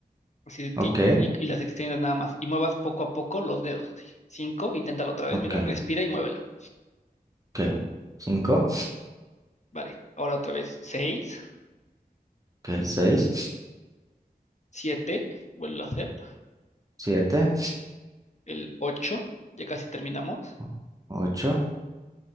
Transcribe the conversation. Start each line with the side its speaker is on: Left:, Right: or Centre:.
Left: así de ti
Right: ok,
Left: y, y las extiendas nada más y muevas poco a poco los dedos, así. Cinco, inténtalo otra vez,
Right: ok,
Left: mira, respira y muévelo.
Right: ok. Cinco,
Left: Vale, ahora otra vez, seis,
Right: ok, seis,
Left: siete, vuelvo a hacer,
Right: siete,
Left: el ocho, ya casi terminamos,
Right: o- ocho,